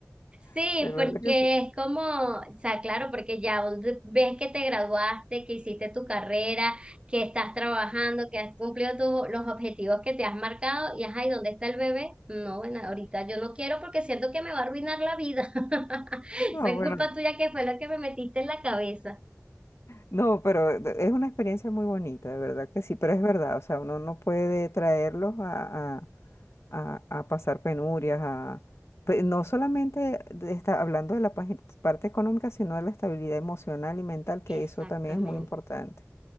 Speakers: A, on the left; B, on the right.
A: <laughs>
B: Sí,
A: de verdad
B: porque
A: que sí.
B: es como, o sea, claro, porque ya vos de- ves que te graduaste, que hiciste tu carrera, que estás trabajando, que has cumplido tus- los objetivos que te has marcado y ajá, ¿y dónde está el bebé? No, bueno, ahorita yo no quiero porque siento que me va a arruinar la vida. <laughs>
A: No,
B: Esa es
A: bueno,
B: culpa tuya que fue lo que me metiste en la cabeza.
A: no, pero de- es una experiencia muy bonita, de verdad que sí, pero es verdad, o sea, uno no puede traerlos a, a- a, a pasar penurias, a, pe- no solamente de- está hablando de la pagi- parte económica, sino de la estabilidad emocional y mental, que
B: Exactamente,
A: eso también es muy importante.